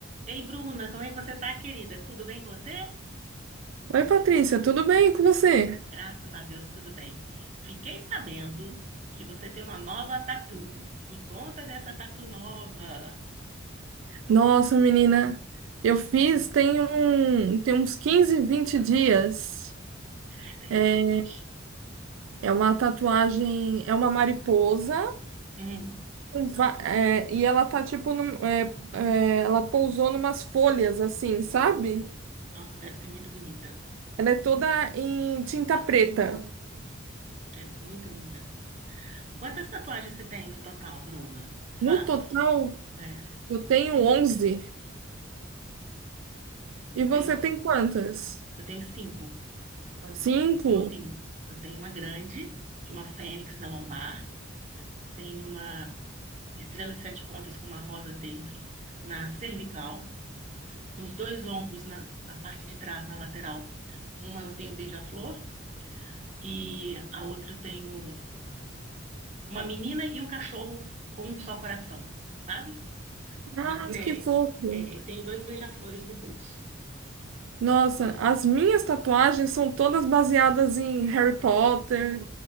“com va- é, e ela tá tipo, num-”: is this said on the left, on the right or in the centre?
Right